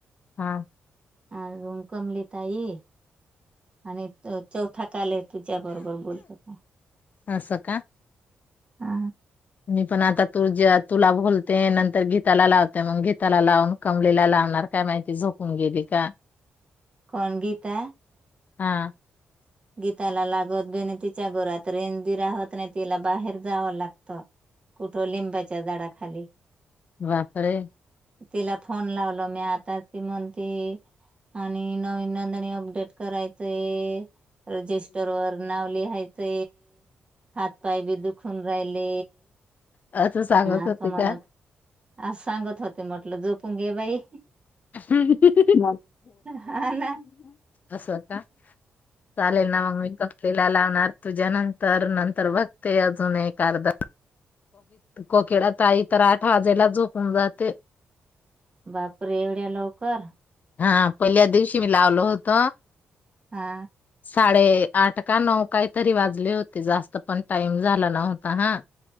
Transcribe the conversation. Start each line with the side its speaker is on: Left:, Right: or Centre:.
Left: हा
Right: अ रुण कमली ताई आणि चौथा कालेत तुझ्या बरोबर बोलत का
Left: असं का
Right: हा
Left: मी पण आता तू ज तुला बोलते नंतर गीताला लावते मग गीताला लावून कमलेला लावणार काय माहिती झोपून गेली का
Right: कोण गीता
Left: हा
Right: गीताला लागत बी नाही तिच्या घरात रेंज पण राहत नाही तिला बाहेर जावं लागत कुठ लिंबाच्या झाडाखाली
Left: बापरे
Right: तिला फोन लावल मी आताच ती म्हणते आणि नवीन नंदणी अपडेट करायचंय रजिस्टर वर नाव लिहायचं हातपाय बी दुखून राहिले
Left: असं सांगत
Right: असं
Left: होते
Right: म्हणत
Left: का
Right: अस सांगत होते म्हटलं झोप पंगेबाई
Left: हि
Right: हा ना
Left: असं आता चालेल ना मग मी फला लावणार तुझ्या नंतर नंतर बघते अजून एक अर्धा कोकिळा ता ई तर आठ वाजेला झोपून जाते
Right: बापर एवढ्या लवकर
Left: हा पहिल्या दिवशी मी लावलो होत
Right: हा
Left: साडे आठ का नऊ काही तरी वाजले होते जास्त पण टाइम झाला नव्हता हा